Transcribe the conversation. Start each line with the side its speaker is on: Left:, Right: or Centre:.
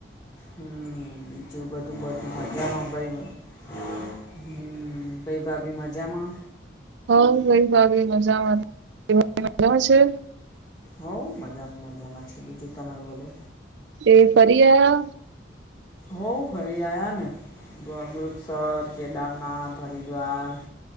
Left: હમ્મ, બીજુ બધુ મજા ભાઈમાં હમ્મ. કઈ ભાભી મજામાં?
Right: હઓ ભાઈ ભાભી મજામાં <inaudible> છે.
Left: હઉ મજામાં મજામાં છે બીજું તમે બોલો.
Right: એ ફરી આયા?
Left: હોવ ફરી આયા ને. અમૃતસર, કેદારનાથ, હરિદ્વાર